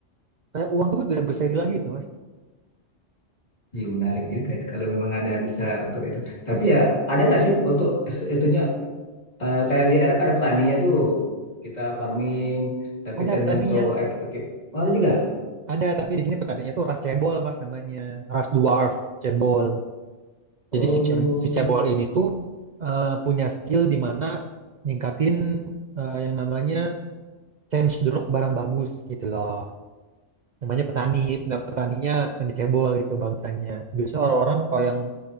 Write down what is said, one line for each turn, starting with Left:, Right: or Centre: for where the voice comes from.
Right: Kayak uang itu tidak berseri lagi tuh mas.
Left: iya menarik juga itu kalau memang ada bisa untuk itu. Tapi ya ada nggak sih untuk itunya Eh, kayak di Arab kan ada petaninya tuh kita farming dapetin
Right: Ada petaninya,
Left: untuk ek- ekip ada juga
Right: ada tapi di sini petaninya tuh ras cebol mas namanya. Ras dwarf, cebol.
Left: oh
Right: Jadi si, ce- si cebol ini tuh eh, punya skill di mana ningkatin eh, yang namanya change drop barang bagus gitu loh. namanya petani nggak petaninya petani cebol itu bangsanya biasanya orang-orang kalau yang